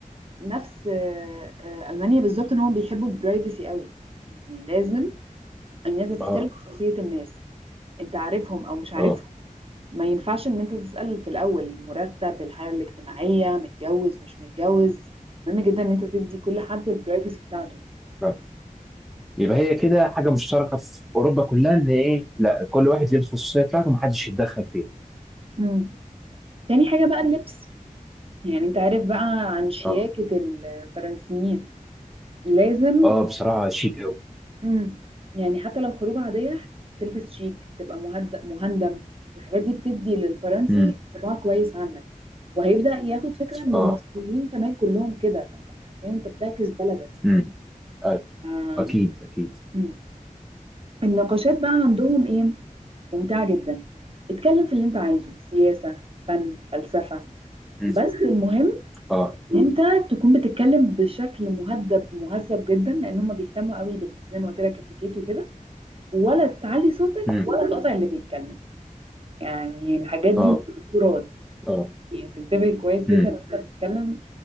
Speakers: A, on the right; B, in the centre.
A: نفس آه آه المانيا بالظبط ان هم بيحبوا البرايفسي قوي يعني لازم الناس ده تحترم
B: اه
A: خصوصيه الناس انت عارفهم او مش عارفهم
B: اه
A: ما ينفعش ان انت تسال في الاول مرتب الحاله الاجتماعيه متجوز مش متجوز مهم جدا ان انت تدي كل حد البرايفسي بتاعته
B: آه. يبقى هي كده حاجة مشتركة في أوروبا كلها إن إيه لا كل واحد ليه الخصوصية بتاعته محدش يتدخل فيها
A: مم. تاني حاجه بقى اللبس يعني انت عارف بقى عن شياكة
B: اه
A: الفرنسيين لازم
B: اه بصراحة شيك قوي
A: امم يعني حتى لو خروجة عادية تلبس شيك تبقى مهدأ مهندم الحاجات دي بتدي للفرنسي
B: امم
A: انطباع كويس عنك وهيبدأ ياخد فكرة انه
B: اه
A: المصريين كمان كلهم كده فانت حرفيا انت بتعكس بلدك
B: امم آه.
A: آم،
B: اكيد اكيد
A: مم. النقاشات بقى عندهم ايه ممتعة جدا اتكلم في اللي انت عايزه سياسة فن فلسفة
B: امم
A: بس المهم
B: اه
A: انت تكون بتتكلم بشكل مهذب مهذب جدا لان هم بيهتموا قوي بال زي ما قلت لك اتيكيت وكده ولا تعلي صوتك
B: امم
A: ولا تقطع اللي بيتكلم يعني الحاجات دي
B: اه
A: محظورات
B: اه
A: يعني تنتبه كويس جدا
B: امم
A: وانت بتتكلم